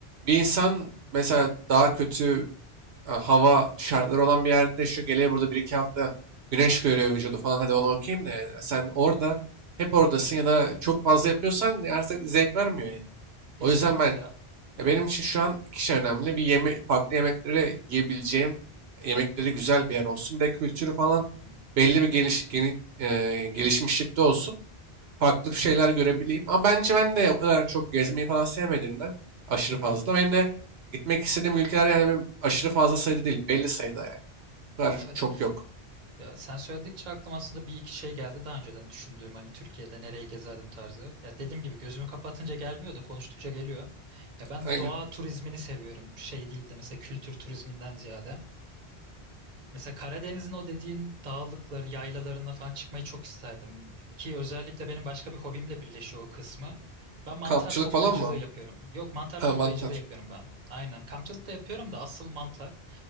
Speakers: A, on the right; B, on the right.
A: bir insan mesela daha kötü e, hava şartları olan bir yerde yaşıyor. Geliyor burada bir iki hafta güneş görüyor vücudu falan. Hadi onu okuyayım da yani. Sen
B: <laughs> Hı hı.
A: orada hep oradasın ya da çok fazla yapıyorsan artık zevk vermiyor yani.
B: Kesinlikle.
A: O yüzden ben ya benim için şu an iki şey önemli. Bir yeme farklı yemekleri yiyebileceğim, yemekleri güzel bir yer olsun. Bir de kültürü falan
B: Hı hı.
A: belli bir geliş, geni- e, gelişmişlikte olsun farklı şeyler görebileyim. Ama bence ben de o kadar çok gezmeyi falan sevmediğimden aşırı
B: Hı hı.
A: fazla. Benim de gitmek istediğim ülkeler yani benim aşırı fazla sayıda değil. Belli sayıda yani. O kadar
B: Evet.
A: çok yok.
B: Ya sen söyledikçe aklıma aslında bir iki şey geldi daha önceden düşündüğüm hani Türkiye'de nereye gezerdim tarzı. Ya dediğim gibi gözümü kapatınca gelmiyor da konuştukça geliyor. Ya ben
A: Aynen.
B: doğa turizmini seviyorum. Şey değil de mesela kültür turizminden ziyade. Mesela Karadeniz'in o dediğin dağlıkları, yaylalarına falan çıkmayı çok isterdim. Ki özellikle benim başka bir hobimle birleşiyor o kısmı. Ben mantar
A: Kampçılık
B: toplayıcılığı
A: falan mı?
B: yapıyorum. Yok mantar
A: Ha
B: toplayıcılığı
A: mantar.
B: yapıyorum ben. Aynen. Kampçılık da yapıyorum da asıl mantar.